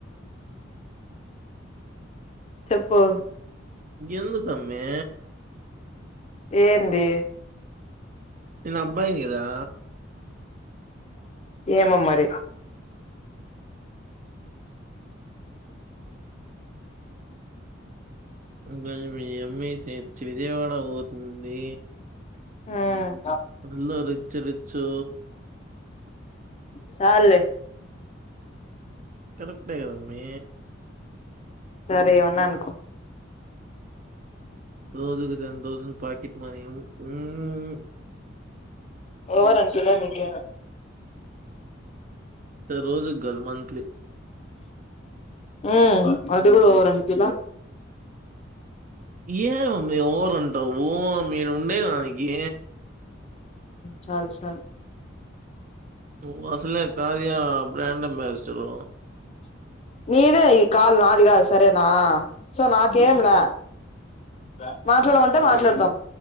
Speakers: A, on the left; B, on the right.
A: ప్పు
B: ఎందుకు అమ్మి
A: ఏంది
B: నేను అబ్బాయిని కదా
A: ఏమో మరి
B: ఈరోజు మీ అమ్మి చేర్చి విజయవాడ పోతుంది
A: ఆ
B: ఎలా రిచ్చి రిచ్చు
A: చాలే
B: కనుకులే కదమ్మీ
A: సరే ఉన్నా అనుకో
B: రోజుకు తేన్ రోజన్ పాకెట్ మనీ మ్మ్
A: ఎవరు అనిపియాల నికి
B: సరే రోజుకి కాదు మంత్లీ
A: మ్మ్ అది కూడా ఓవర్ అనిపిలా
B: ఏ అమ్మి ఓవర్ అంటవు మీ ఉండేదకి
A: చాలు చాలు
B: నువ్వు అసలే కార్య బ్రాండ్ అంబాసిడర్
A: నీదే ఈ కాల్ నాది కాదు సరేనా సో నాకేం
B: ఓకే.
A: లా స మాట్లాడమంటే
B: హ్మ్.
A: మాట్లాడుతాం